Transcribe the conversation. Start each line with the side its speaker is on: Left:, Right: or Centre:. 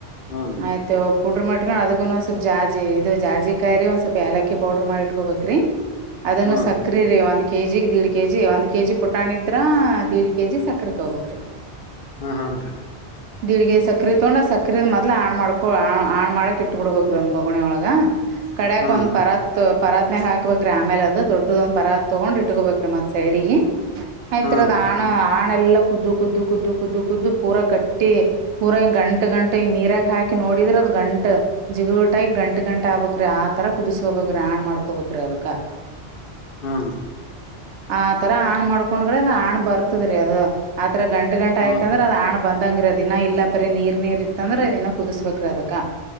Left: ಹ್ಮ್
Right: ಆ. ಇದ್ ಪೌಡರ್ ಮಾಡಿಕೊಂಡ ಅದ್ದಕನು ಒಂದ್ ಸ್ವಲ್ಪ ಜಾಜಿ ಇದು ಜಾಜಿ ಕಾಯಿ ರೀ ಒಂದ ಸ್ವಲ್ಪ ಏಲಕ್ಕಿ ಪೌಡರ್ ಮಾಡಿ ಇಟ್ಕೊ ಬೇಕ್ರೀ. ಅದನ್ನು
Left: ಹ್ನ್ರಿ
Right: ಸಕ್ಕರಿ ರೀ ಒಂದ್. ಕೆಜಿ ದೀಡ್ ಕೆಜಿ ಒಂದ್ ಕೆಜಿ ಪುಟಾಣ ಇದ್ರ ದೀಡ್ ಕೆಜಿ ಸಕ್ಕರಿ ತಕೊಬೇಕ್ರಿ.
Left: ಆ ಹಾ ರೀ-
Right: ದಿಲ್ಗೆ ಸಕ್ಕರಿ ತಗೊಂಡ್ ಆ ಸಕ್ಕರಿಲ್ಲಿ ಮೊದ್ಲ ಆಣ್ ಮಾಡ್ಕೊ ಆಣ್ ಮಾಡೊಕ್ಕೆ ಇಟ್ಬೀಕ್ರೀ ಒಂದ್ <unintelligible> ಕಡ್ಯಾಕ್
Left: ಹನ್
Right: ಒಂದ್ ಪರಾತ್ ಪರಾತ್ನ್ಯಾಗ ಹಾಕ್ಬೇಕ್ರಿ ಆಮೇಲೆ ಅದ್. ದೊಡ್ಡದೊಂದ್ ಪರಕ್ ತಕೊಂಡ್ ಇಟ್ಕೋಬೇಕ್ರೀ ಮತ್ತ್ ಸೈಡಿಗೆ ಆಯ್ತರೀ
Left: ಹನ್ರಿ
Right: ಹಾಣಿ. ಆ ಹಣೆಲ್ಲಾ ಕುದು ಕುದು ಕುದು ಕುದು ಕುದು ಪೂರ ಗಟ್ಟಿ. ಪುರ ಹಿಂಗ ಗಂಟ್ ಗಂಟ್ ಹಿಂಗ ನೀರಾಗ ಹಾಕಿ ನೋಡಿದ್ರೆ ಅದ್ ಗಂಟ್. ಜಿಗುಟಾಗಿ ಗಂಟ್ ಗಂಟ್ ಆಗ್ಬೇಕ್ರೀ ಆ ತರ ಕುದಿಸ್ಕೋಬೇಕ್ರೀ ರಣ್ ಮಾಡ್ಕೊಬೇಕ್ರೀ ಅದಕ್ಕ.
Left: ಹಾ.
Right: ಆತರ ಹಣ್ ಮಾಡ್ಕೊಂಡ್ಗಳೆ ಅ ಹಣ್ ಬರ್ತದ್ರೀ ಅದು ಆತರ ಗಂಟ ಗಂಟ
Left: ಹನ್
Right: ಆಯ್ತ ಅಂದ್ರೆ ಅದ ಹಣ್. ಬಂದಂಗ್ರಿ ಅ ದಿನ ಇಲ್ಲ ಬರೀ ನೀರ್ ನೀರ್ ಇತ್ತ ಅಂದ್ರೆ ಆದೀನ ಕುದಿಸ್ಬೇಕ್ರಿ ಅದಕ್ಕ.